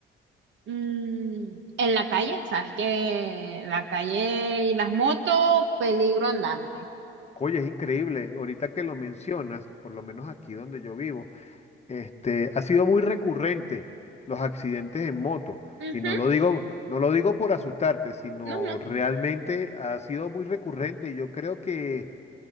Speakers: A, on the right; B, on the left.
A: mm, en la calle. Sabes que la calle y las motos, peligro andante.
B: Oye, es increíble. Ahorita que lo mencionas, por lo menos aquí donde yo vivo, este, ha sido muy recurrente los accidentes en moto.
A: Ujú,
B: Y no lo digo, no lo digo por asustarte, sino
A: no, no.
B: realmente ha sido muy recurrente. Y yo creo que,